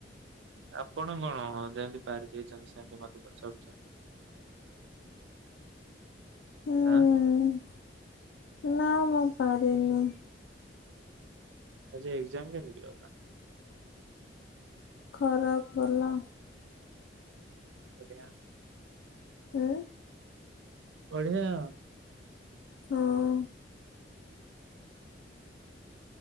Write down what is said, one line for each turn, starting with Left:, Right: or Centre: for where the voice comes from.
Right: ଆପଣ କଣ ଯେମିତି ପାରି ଦେଇଛନ୍ତି, ସେମିତି ମତେ ପଚାରୁଛନ୍ତି।
Left: ହୁଁ!
Right: ଆଁ
Left: ନା ମୁଁ ପାରିନି
Right: ଆଜି ଏଗଜାମ କେମିତି ଗଲା?
Left: ଖରାପ ଗଲା
Right: <unintelligible>
Left: ଉଁ
Right: ବଢିଆ ଆଉ
Left: ହଁ